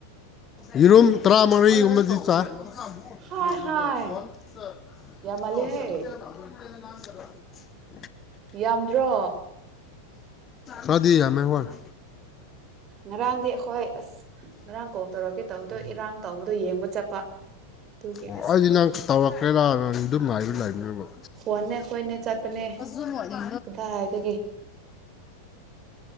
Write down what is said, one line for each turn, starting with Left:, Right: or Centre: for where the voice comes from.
Left: ꯌꯦꯤꯔꯨꯝꯝ ꯇꯔꯥꯃꯔꯤ ꯑꯃꯗꯤ ꯆꯥ ꯑꯗꯨ
Right: ꯍꯥꯏ
Left: ꯑꯃꯨꯛꯩꯅ <unintelligible>
Right: ꯍꯥꯏ ꯌꯥꯝꯃꯜꯂꯦꯍꯦ ꯌꯥꯝꯗ꯭ꯔꯣ
Left: ꯀꯗꯤ ꯌꯥ ꯃ ꯍꯔ
Right: ꯉꯔꯥꯡꯗꯤ ꯑꯩꯈꯣꯏ ꯑꯁ ꯉꯔꯥꯡ ꯀꯣꯜ ꯇꯧꯔꯛꯀꯦ ꯇꯧꯕꯗꯣ ꯏꯔꯥꯡ ꯇꯧꯕꯗꯣ ꯌꯦꯡꯕ ꯆꯠꯄ ꯑꯗꯨꯒꯤ
Left: ꯑꯣ
Right: ꯑꯁ
Left: ꯑꯩꯗꯤ ꯅꯪ ꯇꯧꯔꯛꯀꯦꯔꯥꯅ ꯑꯗꯨꯝ ꯃꯥꯏꯔꯤ ꯂꯩꯥꯏꯅꯤꯕ
Right: ꯍꯣꯟꯅꯦ ꯑꯩꯈꯣꯏꯅꯦ ꯆꯠꯄꯅꯦ
Left: ꯑꯁꯨ ꯃꯗꯣꯅ
Right: ꯀꯗꯥꯏꯗꯒꯤ